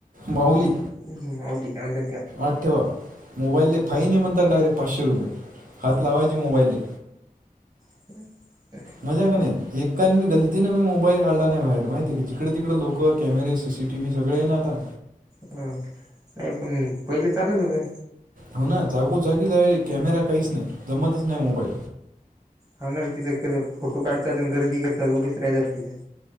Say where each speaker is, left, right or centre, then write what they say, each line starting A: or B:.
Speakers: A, on the right; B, on the right.
A: माऊुली
B: हम्म माऊली अंदर
A: आत ठेवा मोबाईलने फाईन आहे म्हणर डायरेक्ट पाचशे रुपये हात लावायचे मोबाईलले
B: हम्
A: मजा का नाही एकान बी गलतीनं बी मोबाईल काढला नाही बाहेर माहिती आहे क जिकडे तिकडं लोकं camera C C T V सगळे ये ना आता
B: हम नाही पण पहिले चालच होत्या
A: होना जागोजागी लावलेली कॅमेरा काहीच नाही जमतच नाही मोबाईल.
B: हाणार तिथं कध फोटो काढतात आणि गर्दी करतात उभेच राहतात तिथं.